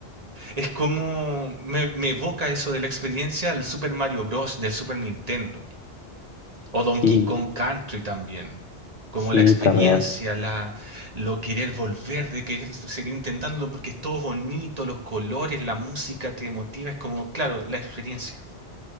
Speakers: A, on the right; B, on the left.
A: Es como me, me evoca eso de la experiencia al Super Mario Bros. del Super Nintendo. O Donkey
B: Sí,
A: Kong Country también. Como
B: sí,
A: la experiencia,
B: también.
A: la, lo querer volver, de que seguir intentándolo porque es todo bonito, los colores, la música te motiva. Es como, claro, la experiencia.